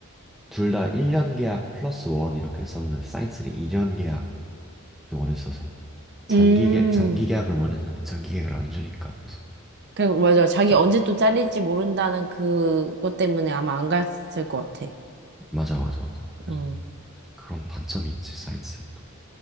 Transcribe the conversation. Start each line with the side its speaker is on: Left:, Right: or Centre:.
Centre: 둘 다 1년 계약 플러스 원 이렇게 했었는데 사이언스는 2년 계약 원했어서 장기
Right: 음.
Centre: 계 장기 계약을 원했는데 장기 계약을 안 주니까 그래서
Right: 그, 맞아. 자기
Centre: 좀
Right: 언제 또 잘릴지 모른다는 그것 때문에 아마 안 갔을 것 같아.
Centre: 맞아 맞아 맞아 그래서
Right: 어,
Centre: 그런 단점이 있지 사이언스는 또